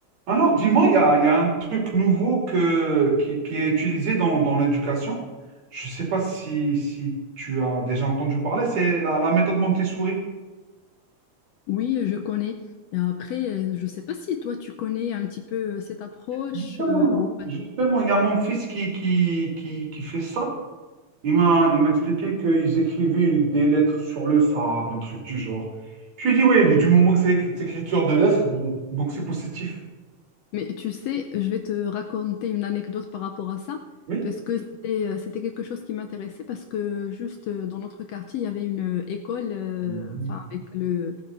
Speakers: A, on the right; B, on the left.
A: Alors, dis-moi, il y a, il y a un truc nouveau que, qui, qui est utilisé dans, dans l'éducation. Je ne sais pas si, si tu as déjà entendu parler, c'est la, la méthode Montessori.
B: Oui, je connais. Et après, euh, je ne sais pas si toi, tu connais un petit peu euh, cette approche
A: Justement,
B: euh, ou pas.
A: justement, il y a mon fils qui, qui, qui, qui fait ça. Il m'a, il m'a expliqué qu'ils écrivaient une- des lettres sur le sable, un truc du genre. Je lui ai dit, oui, mais du moment que c'est écrit- c'est écriture de lettres, bon, donc c'est positif.
B: Mais tu sais, je vais te raconter une anecdote par rapport à ça,
A: Oui.
B: parce que c'était euh, c'était quelque chose qui m'intéressait, parce que juste euh, dans notre quartier, il y avait une euh, école, euh,
A: Mhm,
B: enfin avec le